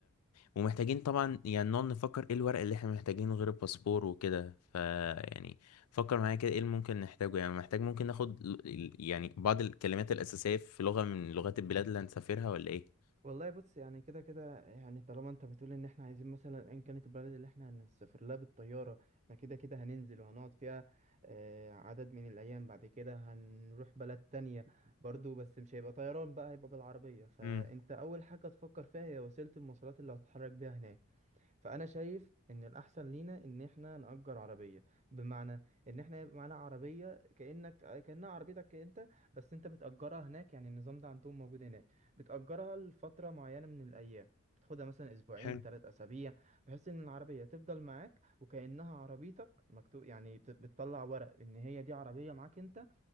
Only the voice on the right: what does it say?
والله بص يعني كده كده يعني طالما انت بتقول ان احنا عايزين مثلا ان كانت البلد اللي احنا هنسافر لها بالطياره احنا كده كده هننزل وهنقعد فيها آه، عدد من الايام بعد كده هنروح بلد تانية برضو بس مش هيبقى طيران بقى هيبقى بالعربيه فانت
اول حاجه تفكر فيها هي وسيله المواصلات اللي هتتحرك بيها هناك فانا شايف ان الاحسن لينا ان احنا نأجر عربيه بمعنى ان احنا يبقى معانا عربيه كانك كانها عربيتك انت بس انت بتأجرها هناك يعني النظام ده عندهم موجود هناك بتأجرها لفتره معينه من الايام بتاخدها مثلا اسبوعين
ثلاث اسابيع بحيث ان العربيه تفضل معاك وكانها عربيتك مكتوب يعني بت- بتطلع ورق ان هي دي عربيه معاك انت